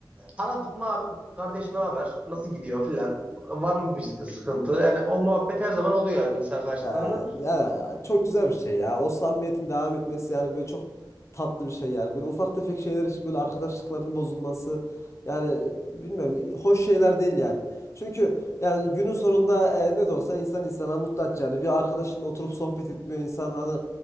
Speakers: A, on the right (about 15°); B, on the left (about 35°).
A: Aradık mı abi kardeş ne haber? Nasıl gidiyor filan? Var mı
B: Hmm.
A: bir sıkıntı? Yani o muhabbet her zaman oluyor yani lise arkadaşlıklarında.
B: Ee, yani çok güzel bir şey ya. O samimiyetin devam etmesi yani böyle çok tatlı bir şey yani. Böyle ufak tefek şeyler için böyle arkadaşlıkların bozulması yani bilmiyorum hoş şeyler değil yani. Çünkü yani günün sonunda e, ne de olsa insan insana muhtaç yani. Bir arkadaşınla oturup sohbet etmiyor insan hani